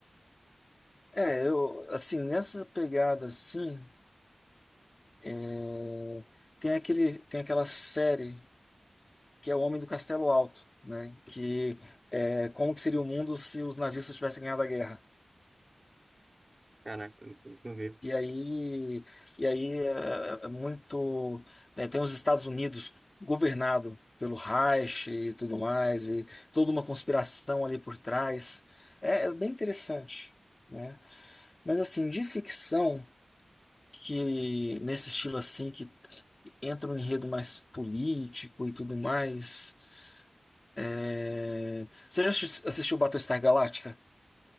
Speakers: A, on the left (about 30°); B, on the right (about 25°).
A: é, eu, assim, nessa pegada assim, é, tem aquele, tem aquela série. que é o Homem do Castelo Alto, né? Que é, como que seria o mundo se os nazistas tivessem ganhado a guerra?
B: caraca, eu não vi.
A: E aí, e aí é, é muito é, tem os Estados Unidos governado pelo Reich e tudo mais e toda uma conspiração ali por trás. É, é bem interessante, né? Mas assim, de ficção que nesse estilo assim que entra um enredo mais político e tudo mais. é, Você já assis- assistiu Battlestar Galactica?